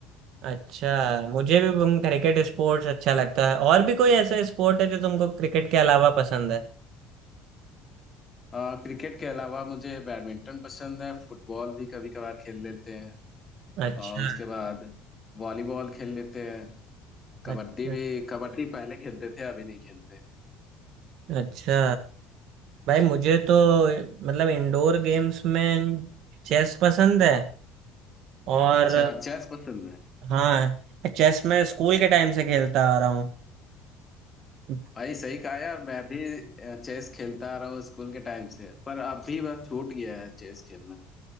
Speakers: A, on the right; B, on the left.
A: अच्छा मुझे भी तुम क्रिकेट स्पोर्ट्स अच्छा लगता है और भी कोई ऐसा स्पोर्ट है जो तुमको क्रिकेट के अलावा पसंद है
B: आ, क्रिकेट के अलावा मुझे बैडमिंटन पसंद है फुटबॉल भी कभी कभार खेल लेते हैं
A: अच्छा
B: और उसके बाद वॉलीबॉल खेल लेते हैं कबड्डी
A: अच्छा
B: भी कबड्डी पहले खेलते थे अभी नहीं खेलते
A: अच्छा भाई मुझे तो मतलब इंडोर गेम्स में चेस पसंद है और
B: अच्छा चेस पसंद है
A: हाँ चेस में स्कूल के टाइम से खेलता आ रहा हूँ
B: भाई सही कहा यार मैं भी अ, चेस खेलता आ रहा हूँ स्कूल के टाइम से पर अब भी बस छूट गया है चेस खेलना